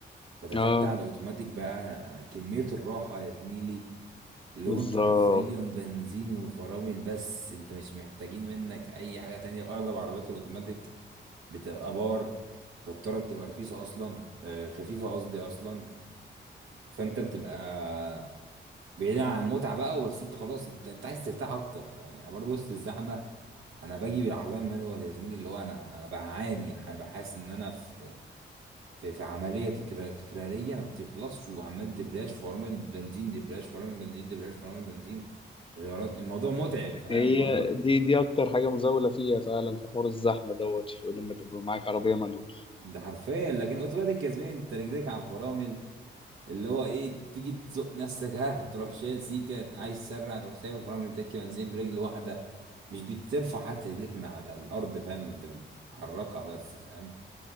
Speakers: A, on the right; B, on the left.
A: فدخلت
B: اه
A: على الاوتوماتيك بقى انا أنا كمية الراحة يا زميلي اللي
B: بالظبط
A: هو انت حرفيا بنزين وفرامل بس انت مش محتاجين منك اي حاجة تانية اغلب عربيات الاوتوماتيك بتبقى بار فالطرة بتبقى رخيصة اصلا آه، خفيفة قصدي اصلا فانت بتبقى بعيد عن المتعة بقى بس انت خلاص انت, انت عايز ترتاح اكتر فاهم يعني برضه وسط الزحمة انا باجي بالعربية مانوال يا زميلي اللي هو انا انا بعاني ح- بحس ان انا في في في عمليه تكرا- تكراريه ما بتخلصش وعمال دبرياج فرامل بنزين دبرياج فرامل بنزين دبرياج فرامل بنزين غيارات الموضوع متعب فاهم
B: هي
A: الموضوع
B: دي دي اكتر حاجه مزاوله فيها فعلا في حوار الزحمه دوت في- لما تبقى معاك عربيه مانوال
A: ده حرفيا لكن اوتوماتيك كسبان انت رجليك على الفرامل اللي هو ايه تيجي تزق نفسك ها تروح شايل سيكه عايز تسرع تروح سايب فرامل تكي بنزين برجل واحده مش بترفع حتى رجليك من على الارض فاهم ده انت بتحركها بس فاهم